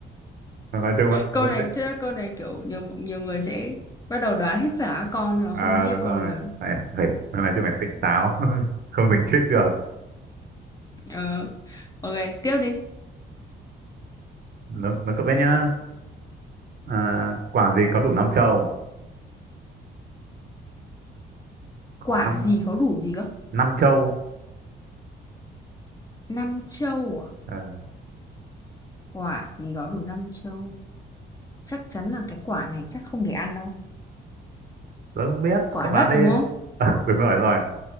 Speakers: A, on the right; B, on the left.
A: nói chung vẫn vẫn
B: Câu này,
A: tiện
B: thế là câu này kiểu nhiều nhiều người sẽ bắt đầu đoán hết cả các con nhưng mà
A: à
B: không nghĩ
A: đúng
B: là con
A: rồi
B: người.
A: phải phải nói chung phải tỉnh táo <laughs> không tỉnh trích được
B: Ờ, ok, tiếp đi.
A: nó nó cậu biết nhá à, quả gì có đủ năm châu có
B: Quả
A: năm
B: gì có đủ gì cơ?
A: năm châu
B: Năm châu à?
A: Ờ,
B: quả thì có đủ năm châu chắc chắn là cái quả này chắc không để ăn đâu
A: tớ không biết
B: quả
A: cậu
B: đất
A: đoán đi
B: đúng không
A: <laughs> đúng rồi đúng rồi